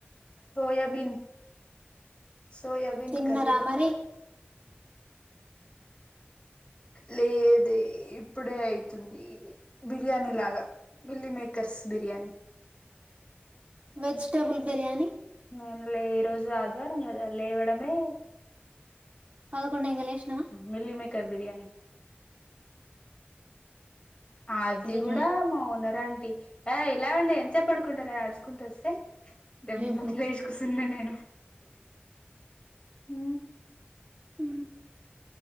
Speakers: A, on the left; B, on the right.
A: సోయాబీన్ సోయాబీన్
B: తిన్న
A: కర్రీ
B: రా మరి
A: లేదే ఇప్పుడే అయితుంది బిర్యానీ లాగా milli makers biryani
B: vegetable biryani
A: మేము లే ఈ రోజు ఆదివారం కదా లేవడమే
B: పదకొండు ఎంగ లేసినావా
A: మిల్లీ మేకర్ బిర్యానీ అది
B: బిర్యానీ
A: కూడా మా నరాంటి ఆ ఇలావండి ఎంత చెప్ప పడుకుంటారా అడుసుకుంటూ వస్తే దెబ్బలో
B: రేపు
A: ఇజకు సున్నా నేను హ
B: హ